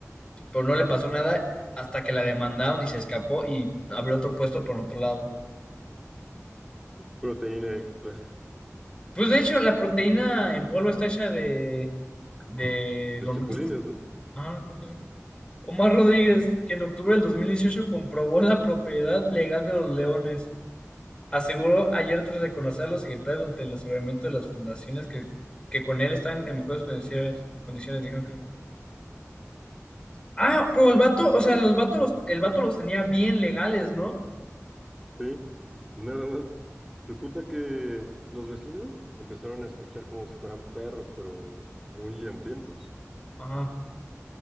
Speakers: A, on the left (about 20°); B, in the centre.
A: pero no le pasó nada hasta que la demandaron y se escapó y abrió otro puesto por otro lado.
B: Proteína extra
A: Pues de hecho, la proteína en polvo está hecha de, de
B: de
A: lombrices.
B: chapulines, ¿no?
A: Ah, creo que sí. Omar Rodríguez, que en octubre del 2018 comprobó la propiedad legal de los leones, aseguró ayer tras reconocer a los ejemplares durante el aseguramiento de las fundaciones que, que con él están en mejores condiciones. condiciones dijeron que- no. Ah, pero el vato, o sea, los vatos, los- el vato los tenía bien legales, ¿no?
B: Sí. Nada más Resulta que los vecinos empezaron a escuchar como si fueran perros, pero muy hambrientos.
A: Ajá.